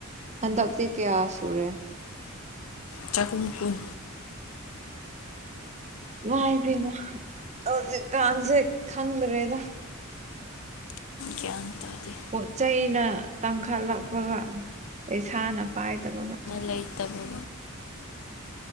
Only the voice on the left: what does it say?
ꯆꯥꯛꯒꯨꯝ ꯀꯨꯟ
ꯒ꯭ꯌꯥꯟ ꯇꯥꯗꯦ
ꯂꯩꯇꯕꯕ